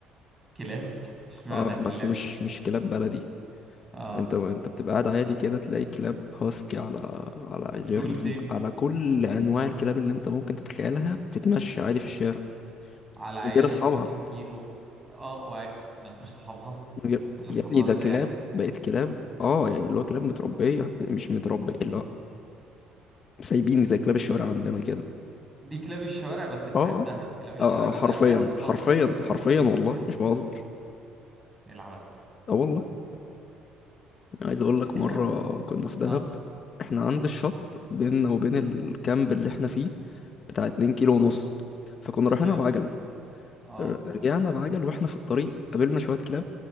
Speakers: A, on the right; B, on the left.
A: كلاب <laughs> اشمعنى
B: اه
A: كلاب
B: بس مش مش كلاب بلدي
A: اه
B: انت انت بتبقى قاعد عادي كده تلاقي كلاب هاسكي على على جيرمان
A: جولدن
B: على كل انواع الكلاب اللي انت ممكن تتخيلها بتتمشى عادي في الشارع
A: على عيال
B: من غير اصحابها
A: 60 كيلو اه وع... من غير صحابها
B: من غير-
A: من غير
B: يا
A: صحابها
B: ابني ده
A: ازاي
B: كلاب
A: يعني
B: بقت كلاب اه يعني اللي هو كلاب متربية مش متربية اللي هو سايبين زي كلاب الشوارع عندنا كده
A: دي كلاب الشوارع بس بتاعت
B: اه اه
A: دهب كلاب الشوارع
B: اه
A: بتاعت
B: آه، حرفيا
A: دهب
B: حرفيا
A: هاسكي
B: حرفيا والله مش بهزر
A: إيه العبث ده
B: اه والله عايز اقول
A: الفكرة
B: لك مره كنا في دهب
A: اه
B: احنا عند الشط بيننا وبين الكامب اللي احنا فيه بتاع 2 كيلو ونص فكنا
A: تمام
B: رايحين بعجل
A: اه
B: ر- رجعنا بعجل واحنا في الطريق قابلنا شويه كلاب